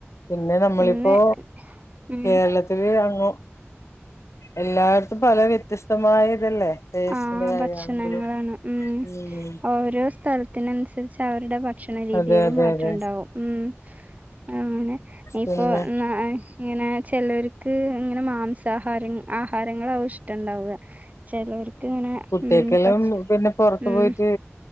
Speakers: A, on the left (about 85°); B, on the right (about 35°).
A: പിന്നെ നമ്മളിപ്പോ
B: ഇന്ന് ഉം
A: കേരളത്തില് അങ്ങ് എല്ലായിടത്തും പല വ്യത്യസ്തമായ ഇതല്ലേ. ടേസ്റ്റിന്റെ
B: ഉം
A: കാര്യമാണെങ്കിലും
B: ഭക്ഷണങ്ങളാണ് ഉം
A: ഉം
B: ഓരോ സ്ഥലത്തിനനുസരിച്ച് അവരുടെ ഭ ഭക്ഷണ രീതികളും
A: അതെ അതെ
B: മാറ്റണ്ടാവും.
A: അതെ
B: ഉം അങ്ങനെ ഇപ്പോ
A: പിന്നെ
B: <unintelligible> ഇങ്ങനെ ചിലർക്ക് ഇങ്ങനെ മാംസാഹാരം ആഹാരങ്ങൾ ആവഷ്യ ട്ട്ണ്ടാവ ചെലോർക്ക് ഇങ്ങനെ ഉം
A: ഒട്ടേക്കെല്ലും
B: പച്ച
A: പിന്നെ പൊറത്ത്
B: ഉം
A: പോയിട്ട്